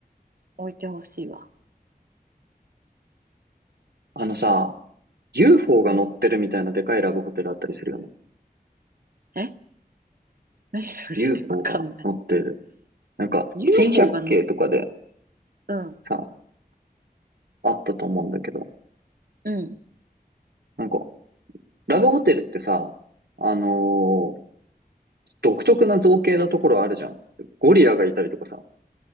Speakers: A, on the right; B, on the right.
A: 置いてほしいわ。
B: あのさ、UFO
A: うん。
B: が乗ってるみたいなでかいラブホテルあったりするよね。
A: え何それ
B: UFO
A: <laughs> わかんない。
B: が乗ってる。なんか、
A: UFO
B: 珍百景とかで
A: が乗っ、うん、
B: さ、あったと思うんだけど、
A: うん。
B: なんか、ラブホテルってさ、あのー独特な造形のところあるじゃん。ゴリラがいたりとかさ。